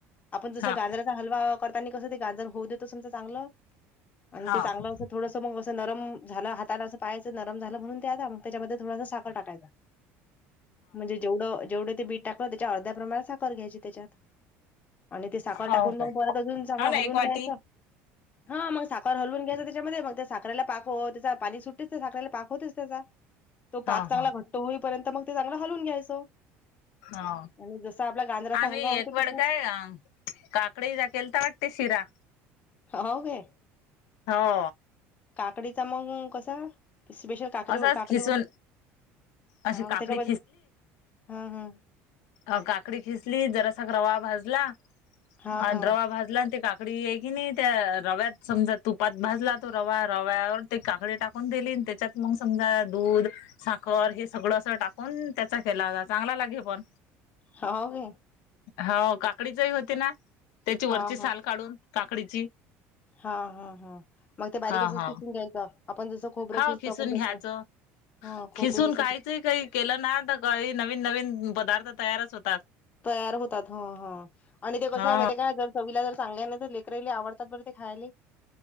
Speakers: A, on the left; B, on the left.
A: आपण जसं
B: हा
A: गाजराचा हलवा करताना, कसं ते गाजर होऊ देतो समजा चांगलं आणि
B: हा
A: ते चांगलं असं. थोडस मग असं नरम झालं हाताला असं पाहायचं नत. नरम झाला ना, त्यामध्ये थोडं साखर टाकायचा म्हणजे. जेवढं जेवढं ते बीठ टाकलं, त्याच्या अर्ध्या प्रमाणात साखर घ्यायची त्याच्यात. आणि ते साखर
B: हा
A: टाकून
B: हो काय
A: मग परत अजून चांगला
B: हो ना
A: हलवून
B: एक वाटी
A: घ्यायचा. हा, मग साखर हलवून घ्यायचं त्याच्यामध्ये मग त्या साखरेला पाक होते. त्याचा पाणी सुट्टतेच त्या साखरेला. पाक होतच त्याचा तो
B: हा
A: पाक चांगला
B: हा
A: घट्ट होईपर्यंत मग ते चांगला हलून घ्यायचं.
B: हा,
A: आणि जसा आपला गांजराचा
B: आम्ही
A: हलवा होतो
B: एक वेड
A: तसाच
B: काय काकडीचा केेला वाटते शिरा.
A: हो, काय.
B: हो,
A: काकडीचा मग कसा स्पेशल काकडी
B: असंच
A: काकडी
B: खिसून
A: व''--'' हा,
B: अशी काकडी
A: त्याच्यामध्ये ''हं ''हं''
B: अ काकडी खिसली जरासा रवा भाजला
A: हां
B: आणि रवा भाजला आणि ते काकडी. काकडी आहे की, नाही त्या रव्यात समजा तुपात भाजला तो रवा रव्यावर ते काकडी टाकून दिली त्याच्यात. मग समजा दुध. साखर हे सगळं असं टाकून त्याचा केला चांगला लागे बघ.
A: हो काय,
B: हो, काकडीचही होते ना, त्याची
A: हां
B: वरची साल काढून काकडीची.
A: हा हा हा, मग ते बारीक
B: हा
A: असच
B: हा
A: खिसून घ्यायचं. आपण जसं खोबरं
B: हो
A: घिसतो
B: खिसून
A: आपण
B: घ्यायचं
A: तस हा, खोबरं
B: खिसून
A: जस.
B: काहीच काही केलं ना, तर काही नवीन नवीन पदार्थ तयारच होतात.
A: तयार होतात ''हं ''हं''आणि ते कसं
B: हा
A: आहे माहिती काय जर. चवीला जर चांगल्याने तर, लेकराईले आवडतात बर ते खायला